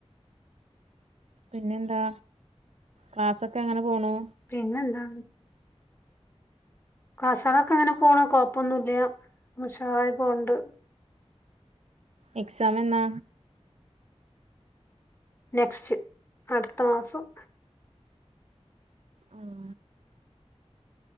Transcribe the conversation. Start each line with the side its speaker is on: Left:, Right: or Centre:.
Right: പിന്നെന്താ ക്ലാസൊക്കെങ്ങനെ പോണു?
Left: പിന്നെന്താ? ക്‌ളാസാളോക്കെങ്ങനെ പോണു കൊയ്പ്പൊന്നുല്ല. മ് ഉഷാറായിപോണ്ട്.
Right: എക്സാമെന്ന?
Left: നെക്സ്റ്റ് അടുത്ത മാസം.
Right: ഉം